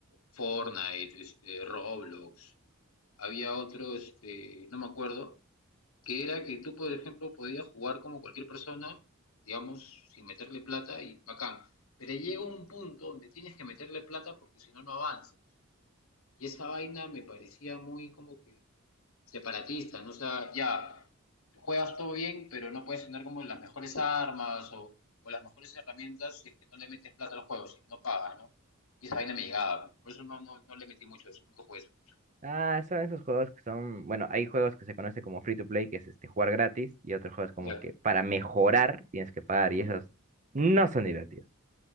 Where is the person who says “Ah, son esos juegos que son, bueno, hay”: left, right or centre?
Right